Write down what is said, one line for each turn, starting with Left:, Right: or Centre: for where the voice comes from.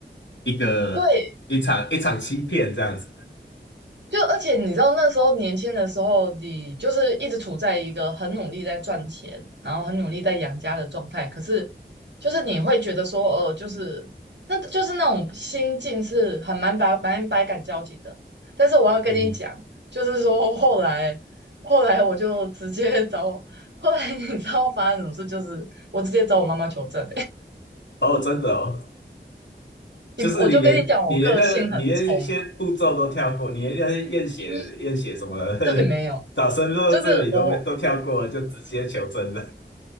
Left: 一个一场一场欺骗这样子。
Right: 对就而且你知道那时候年轻的时候，你就是一直处在一个很努力在赚钱，然后很努力在养家的状态。可是，就是你会觉得说，呃，就是那就是那种心境是很蛮百蛮百感交集的。但是我要跟你讲，
Left: 嗯，
Right: 就是说后来后来我就直接找，后来你知道发生什么事？就是我直接找我妈妈求证、
Left: 哦，真的哦，
Right: <laughs>
Left: 就是你连你连那个你连一些步骤都跳过，
Right: 你我就跟你讲，我个性很冲嘛。
Left: 你连那些验血验血什么
Right: <laughs> 对，
Left: <laughs>
Right: 没有，
Left: 找身份证
Right: 就是我。
Left: <laughs> 这里都没都跳过了，就直接求证了，